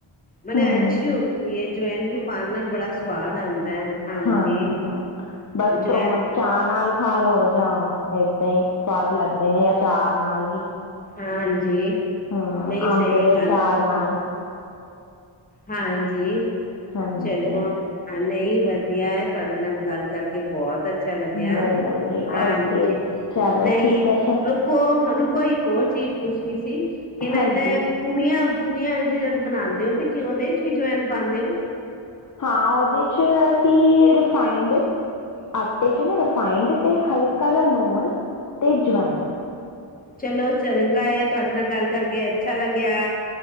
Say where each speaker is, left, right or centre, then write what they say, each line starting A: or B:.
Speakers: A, on the left (about 15°); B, on the left (about 40°).
A: ਮਨੇ
B: ਹੂੰ
A: ਅੱਛੀ ਹੁੰਦੀ ਏ। ਜਵੈਨ ਵੀ ਪਾਣ ਨਾਲ ਬੜਾ ਸਵਾਦ ਆਉਂਦਾ ਹੈ ਹਾਂਜੀ
B: ਹਾਂ ਹਾਂ ਬਸ
A: ਜਵੈਨ
B: ਪਰੋਣ ਚਾਅ ਨਾਲ ਖਾ ਲਓ। ਜਾਂ ਏਦਾਂ ਈ ਸਵਾਦ ਲੱਗਦੇ ਨੇ ਅਚਾਰ ਨਾਲ ਵੀ।
A: ਹਾਂਜੀ।
B: ਹਾਂ
A: ਨਹੀਂ
B: ਅੰਬ
A: ਸਹੀ
B: ਦੇ
A: ਗੱਲ
B: ਚਾਰ ਨਾਲ।
A: ਹਾਂਜੀ
B: ਹਾਂਜੀ
A: ਚਲੋ। ਨਹੀਂ ਵਧੀਆ ਐ। ਤੁਹਾਡੇ ਨਾਲ ਗੱਲ ਕਰਕੇ ਬਹੁਤ ਅ ਛਾ ਲੱਗਿਆ।
B: ਮੈਨੂੰ ਵੀ
A: ਹਾਂਜੀ,
B: ਓਕੇ ਚਲੋ
A: ਨਹੀਂ
B: ਠੀਕ ਹੈ ਸ਼
A: ਰੁਕੋ ਰੁ ਕੋਈ ਇੱਕ ਹੋਰ ਚੀਜ਼ ਪੁੱਛਣੀ ਸੀ। ਕੇ ਨਾ
B: ਹਾਂਜੀ
A: ਇੱਦਾਂ ਐ ਪੂੜੀਆਂ ਪੂੜੀਆਂ ਜਿਦੇ ਤੇ ਬਣਾਉਦੇ ਹੋ ਤੇ ਤੇ ਉਹਦੇ ਇਚ ਵੀ ਜਵੈਨ ਪਾਉਂਦੇ ਹੋ?
B: ਹਾਂ ਉਹਦੇ 'ਚ ਅਸੀਂ ਰਿਫਾਈੰਡ ਆਟੇ ਚ ਨਾ ਰਿਫਾਇੰਡ ਤੇ ਹਲਕਾ ਜਿਹਾ ਨੂਣ। ਤੇ ਜਵੈਨ।
A: ਚਲੋ ਚੰਗਾ ਏ ਤੁਹਾਡੇ ਨਾਲ ਗੱਲ ਕਰਕੇ ਅੱਛਾ ਲੱਗਿਆ।